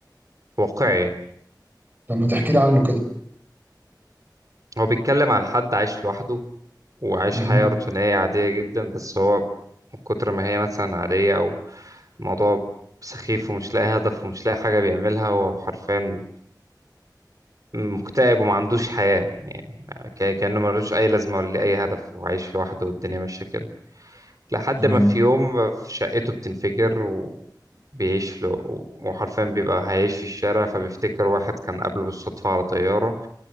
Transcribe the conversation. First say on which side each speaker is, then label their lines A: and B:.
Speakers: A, on the right; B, on the right.
A: وواقعي
B: طب ما تحكي لي عنه كده
A: هو بيتكلم عن حد عايش لوحده وعايش
B: مه.
A: حياة روتينية عادية جدا بس هو من كتر ما هي مثلا عادية او الموضوع سخيف ومش لاقي هدف ومش لاقي حاجة بيعملها هو حرفيا مكتئب وما عندوش حياة يعني ك- كأنه ملوش أي لازمة ولا ليه أي هدف وعايش لوحده والدنيا ماشية كده لحد
B: تمام
A: ما في يوم في شقته بتنفجر وبيعيش له وحرفيا بيبقى هيعيش في الشارع فبيفتكر واحد كان قابله بالصدفة على طيارة